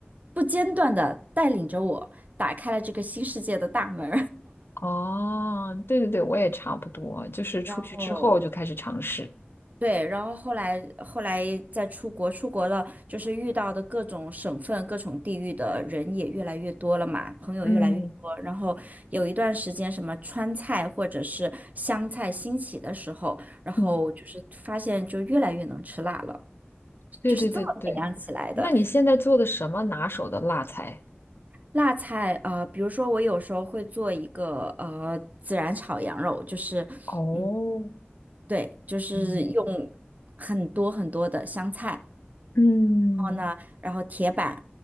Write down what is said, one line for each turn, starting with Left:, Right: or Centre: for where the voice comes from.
Right: 不间断的带领着我打开了这个新世界的大门
Left: 哦，对对对，我也差不多，就是出去之后就开始尝试。
Right: 然后 <laughs> 对，然后后来后来再出国，出国了就是遇到的各种省份、各种地域的人也越来越多了嘛，朋友越来越多。
Left: 嗯
Right: 然后有一段时间，什么川菜或者是湘菜兴起的时候，然后就是发现就越来越能吃辣了，
Left: 嗯，对对对对。
Right: 就是这么培养起来的。
Left: 那你现在做的什么拿手的辣菜？
Right: 辣菜，呃，比如说我有时候会做一个呃孜然炒羊肉，就是嗯。
Left: 哦，
Right: 对，就是用很多很多的香菜，
Left: 嗯嗯
Right: 呢，然后铁板，